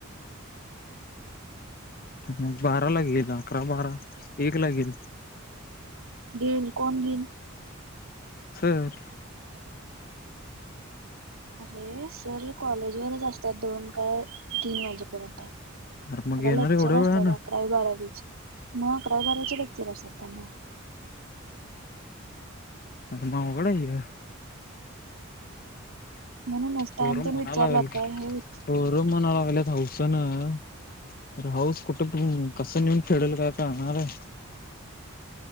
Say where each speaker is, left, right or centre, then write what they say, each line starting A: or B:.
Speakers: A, on the left; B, on the right.
A: मग बाराला घेईल अकरा बारा एकला घेईल.
B: गेल कोण गेल
A: सर.
B: अरे सर कॉलेजवरच असतात दोन काय तीन वाजेपर्यंत त्याला
A: अरे मग येणार
B: लेक्चर
A: एवढ्या वेळानं
B: असतात अकरावी बारावी मग अकरावी बारावीच लेक्चर असतात त्यांना
A: आता मग अवघड आहे कि ग
B: म्हणूनच टाइम
A: पोर म्हणायलागल्य
B: तेन विचारलात काय हे विच
A: म्हणालागल्यात हावसन अरे हाऊस कुठं पण कसं नेऊन फेडल काय काळणाराय